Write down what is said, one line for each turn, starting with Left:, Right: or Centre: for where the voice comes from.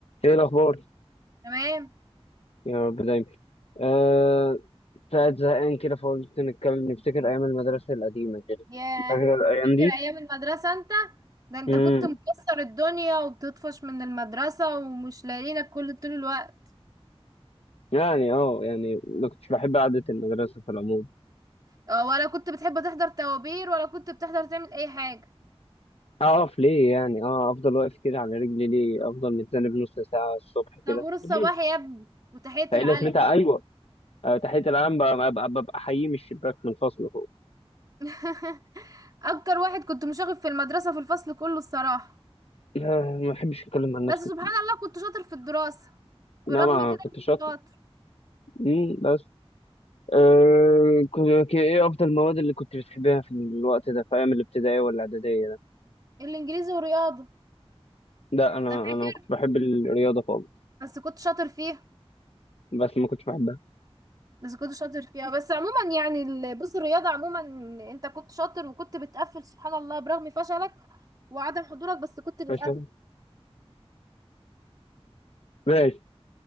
Left: ايه الاخبار
Right: تمام
Left: يا رب دايما آه قاعد زهقان كده فقلت نتكلم نفتكر ايام المدرسه القديمه كده
Right: ياه
Left: فاكر الايام
Right: فاكر
Left: دي
Right: ايام المدرسة انت ده انت
Left: امم
Right: كنت مكسر الدنيا وبتطفش من المدرسة ومش لاقيينك كل طول الوقت
Left: يعني اه يعني ما كنتش بحب قعده المدرسه في العموم
Right: اه ولا كنت بتحب تحضر طوابير ولا كنت بتحضر تعمل اي حاجة
Left: اقف ليه يعني اه افضل واقف كده على رجلي ليه افضل متذنب نص ساعه الصبح
Right: طابور
Left: كده
Right: الصباح
Left: ليه
Right: يا ابني وتحية
Left: فايه
Right: العلم
Left: لازمتها ايوه آه تحيه العام ببقى ببقى- ببقى حييه من الشباك من الفصل فوق
Right: <laughs> اكتر واحد كنت مشاغب في المدرسة في الفصل كله الصراحة
Left: <laughs> آه ما بحبش اتكلم عن نفسي
Right: بس سبحان
Left: كتير
Right: الله كنت شاطر في الدراسة برغم
Left: انا ما
Right: كده
Left: كنت
Right: كنت
Left: شاطر
Right: شاطر
Left: امم بس أه كنت- ك- ايه افضل المواد اللي كنت بتحبها في الوقت ده في ايام الابتدائيه ولا الاعداديه ده
Right: الانجليزي ورياضة
Left: لا انا
Right: انت فاكر
Left: انا ما كنتش بحب الرياضه خالص
Right: بس كنت شاطر فيها
Left: بس ما كنتش بحبها
Right: بس كنت شاطر فيها بس عموما يعني ال- بص الرياضة عموما انت كنت شاطر وكنت بتقفل سبحان الله برغم فشلك وعدم حضورك بس كنت بتقفل
Left: ماشي كده؟ ماشي